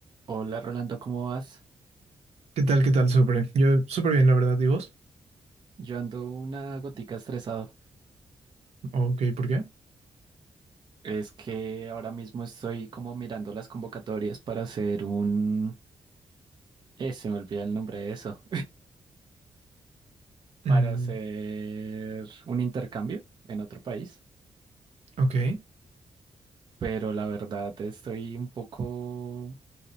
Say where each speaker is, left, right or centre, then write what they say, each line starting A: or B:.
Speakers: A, on the right (about 45°); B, on the right (about 75°).
A: Hola Rolando, ¿cómo vas?
B: ¿Qué tal? ¿Qué tal? Súper. Yo súper bien, la verdad. ¿Y vos?
A: Yo ando una gotica estresado.
B: Ok, ¿por qué?
A: Es que ahora mismo estoy como mirando las convocatorias para hacer un... Eh, se me olvida el nombre de eso. <laughs> Para
B: Mm,
A: hacer un intercambio en otro país.
B: ok.
A: Pero la verdad estoy un poco...